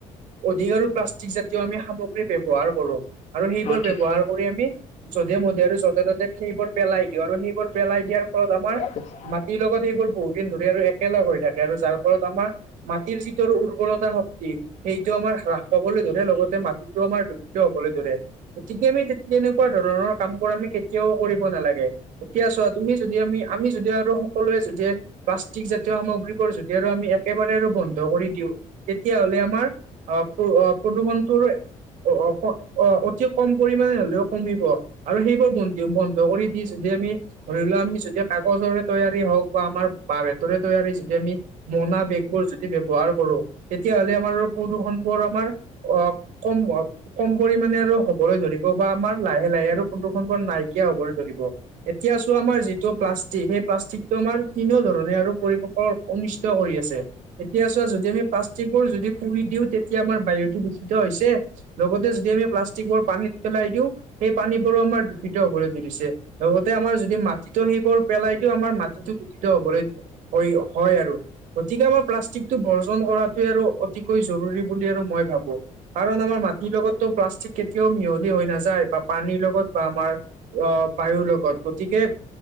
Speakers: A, on the right; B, on the left.
A: অধিক আৰু প্লাষ্টিক জাতীয় আমি সামগ্ৰী ব্যৱহাৰ কৰোঁ। আৰু সেইবোৰ
B: অ ঠিক
A: ব্যৱহাৰ কৰি আমি জধে মধে আৰু য'তে ত'তে সেইবোৰ পেলাই দিওঁ, আৰু সেইবোৰ পেলাই দিয়াৰ ফলত আমাৰ
B: আছে
A: মাটিৰ লগত সেইবোৰ বহু দিন ধৰি আৰু একেলগ হৈ থাকে আৰু যাৰ ফলত আমাৰ মাটিৰ যিটোৰ উৰ্বৰতা শক্তি, সেইটো আমাৰ হ্ৰাস পাবলৈ ধৰে লগতে মাটিত টো আমাৰ দূষিত হ'বলৈ ধৰে, গতিকে আমি তে-তেনেকুৱা ধৰণৰ কামবোৰ আমি কেতিয়াও কৰিব নালাগে, এতিয়া চোৱা, তুমি যদি আমি, আমি যদি আৰু সকলোৱে যদি প্লাষ্টিক জাতীয় সামগ্ৰীবোৰ যদি আৰু আমি একেবাৰে আৰু বন্ধ কৰি দিওঁ, তেতিয়াহ'লে আমাৰ অ', প্ৰ অ', প্ৰদূষণটোৰো অ', অ', অ', অতি কম পৰিমণে হ'লেও কমিব আৰু সেইবোৰ বন্ধ দিওঁ, বন্ধ কৰি দি যদি আমি ধৰি লোৱা আমি যদি কাগজৰে তৈয়াৰী হওঁক বা আমাৰ বাঁহ বেতৰে তৈয়াৰী যদি আমি মোনা বেগবোৰ যদি ব্যৱহাৰ কৰো তেতিয়াহ'লে আৰু আমাৰ প্ৰদূষণবোৰ আমাৰ অ', কম <unintelligible> কম পৰিমানে আৰু হ'বলৈ ধৰিব, বা আমাৰ লাহে, লাহে আৰু প্ৰদূ নাইকিয়া হ'বলৈ ধৰিব। এতিয়া চোৱা আমাৰ যিটো প্লাষ্টিক, সেই প্লাষ্টিকটো আমাৰ তিনিওধৰণে আৰু পৰিপক অনিষ্ট কৰি আছে। এতিয়া চোৱা, যদি আমি প্লাষ্টিকবোৰ যদি পুৰি দিওঁ তেতিয়া আমাৰ বায়ুতো বিশুদ্ধ হৈছে লগতে যদি আমি প্লাষ্টিকবোৰ পানীত পেলাই দিওঁ, সেই পানীবোৰো আমাৰ দূষিত হ'বলৈ ধৰিছে। লগতে আমাৰ যদি মাটিতো সেইবোৰ পেলাই দিওঁ আমাৰ মাটিটো দূষিত হ'বলৈ হয়, হয় আৰু। গতিকে আমাৰ প্লাষ্টিকটো বৰ্জন কৰাটোৱে আৰু অতিকৈ জৰুৰী বুলি আৰু মই ভাবোঁ। কাৰণ আমাৰ মাটিৰ লগতো প্লাষ্টিক কেতিয়াও মিহলি হৈ নাযায় বা পানীৰ লগত বা আমাৰ অ', বায়ুৰ লগত গতিকে